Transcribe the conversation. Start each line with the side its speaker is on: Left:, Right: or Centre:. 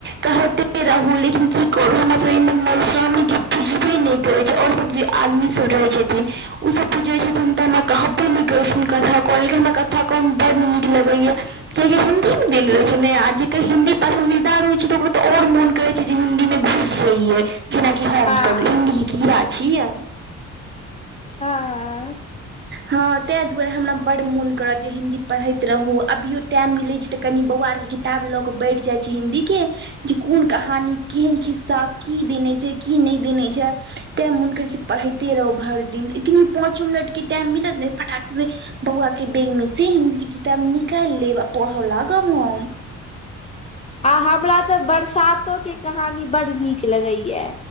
Right: कहते रहु लेकिन की करू हमरा सबके ईम्हर मधुश्रामणी कियो पुजबे नै करय छै और सब जे आदमी सब रहै छथिन उ सब पूजे छथिन तऽ हमरा कहबे नै करय छथीन कथा कहय लेकिन हमरा कथा कहय में बड नी लगय यै कियाकि हिन्दी मे दैल रहय छै नै आ जेकर हिन्दी पसन्दीदा रहय छै तऽ ओकरा त और मोन करय छै जे हिन्दीमे घुस जइयै जेनाकि हम
Left: हँ
Right: सब हिन्दी के कीड़ा छियै।
Left: हां।
Right: हां तै दुआरे हमरा बड्ड मोन करत जे हिन्दी पढ़ैत रहू अभियो टाइम मिलय छै तऽ कनि बौआ आरके कि ताब लऽ कऽ बैठ जाए छी हिन्दीके जे कोन कहानी केहेन खिस्सा की देने छै की नै देने छै तैँ मुन करय छै पढ़य के। ते रहु भर दिन इतनी पाँचो मिनटके टाइम मिलत नै फटाक से बौआ के बैग मे से हिंन्दी के किताब निकाएल लेब आ पढ़ा लागम हम।
Left: आ हमरा तऽ बरसातो के कहानी बड नीक लगय यै।